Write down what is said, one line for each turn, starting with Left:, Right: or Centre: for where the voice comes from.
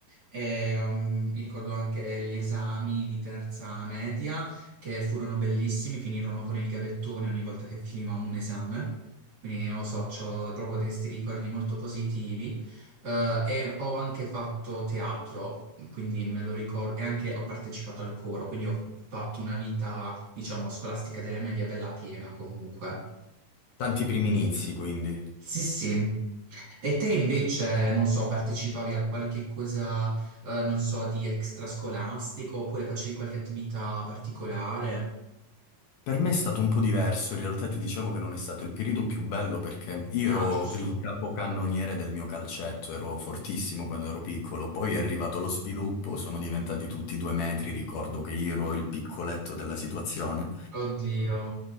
Right: E, um, mi ricordo anche gli esami di terza media che furono bellissimi, finirono con il gavettone ogni volta che finiva un esame. Quindi non lo so, ho proprio questi ricordi molto positivi. Eh, e ho anche fatto teatro, quindi me lo ricordo, e anche ho partecipato al coro, quindi ho fatto una vita, diciamo, scolastica delle medie bella piena comunque.
Left: Tanti primi inizi, quindi.
Right: Sì, sì. E te invece, non so, partecipavi a qualche cosa, eh, non so, di extrascolastico oppure facevi qualche attività particolare?
Left: Per me è stato un po' diverso, in realtà ti dicevo che non è stato il periodo più bello perché io
Right: Ah,
Left: Mm. ero
Right: giusto.
Left: il capocannoniere del mio calcetto, ero fortissimo quando ero piccolo, poi
Right: Mm.
Left: è arrivato lo sviluppo, sono diventati tutti due metri, ricordo che io ero il piccoletto della situazione
Right: Oddio.